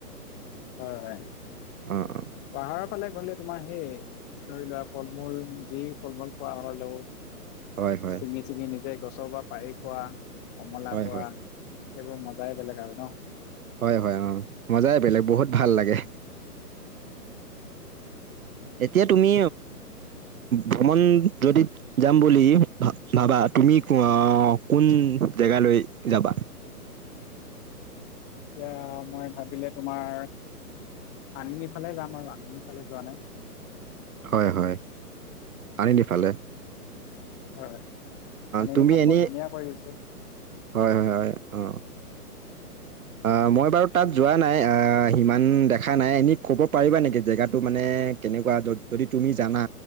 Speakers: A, on the left; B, on the right.
A: হয়-হয়।
B: অ', অ',
A: পাহাৰৰ ফালে ঘলে তোমাৰ সেই ধৰি লোৱা ফল মূল যি ফল - মূল খোৱা হলেও
B: হয় হয়
A: ছিঙি - ছিঙি নিজে গছৰ পৰা পাৰি খোৱা। কমলা
B: হয়
A: খোৱা
B: হয়
A: সেইবোৰ মজাই বেলেগ আৰু ন।
B: হয়-হয় অ, মজাই বেলেগ বহুত ভাল লাগে। এতিয়া তুমি ভ্ৰমণ যদিত যাম বুলি ভ - ভাবা তুমি আহ কোন জেগালৈ যাবা?
A: এতিয়া মই ভাবিলে তোমাৰ আনিনি ফালে যাম আৰু আনিনি ফালে যোৱা নাই।
B: হয় - হয় আনিনিফালে।
A: হয় হয়, আনিনিখন
B: তুমি এনেই
A: বৰ ধুনীয়া কৰি গৈছিল।
B: হয় - হয় - হয় অ, আহ, মই বাৰু তাত যোৱা নাই, আহ, সিমান দেখা নাই এনেই ক'ব পাৰিবা নেকি জেগাটো মানে কেনেকুৱা য যদি তুমি জানা?